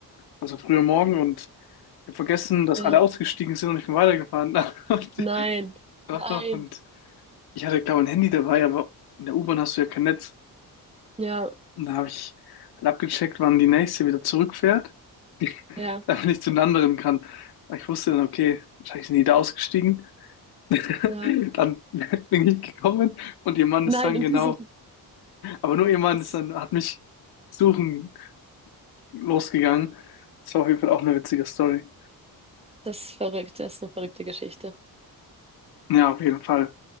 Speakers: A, on the left; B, on the right.
A: Also früher Morgen und ich habe vergessen, dass
B: ja.
A: alle ausgestiegen sind und ich bin weitergefahren. <laughs> Und,
B: Nein,
A: doch,
B: nein.
A: doch. Und ich hatte, glaube ich, ein Handy dabei, aber in der U-Bahn hast du ja kein Netz.
B: Ja,
A: Und da habe ich halt abgecheckt, wann die nächste wieder zurückfährt, <laughs>
B: ja,
A: damit ich zu den anderen kann. Aber ich wusste dann, okay, wahrscheinlich sind die da ausgestiegen. <laughs>
B: ja.
A: Dann bin ich gekommen und ihr Mann
B: Nein,
A: ist dann
B: und
A: genau,
B: die sind,
A: aber nur ihr Mann
B: das,
A: ist dann, hat mich suchen losgegangen. Das war auf jeden Fall auch eine witzige Story.
B: das ist verrückt, das ist eine verrückte Geschichte.
A: Ja, auf jeden Fall.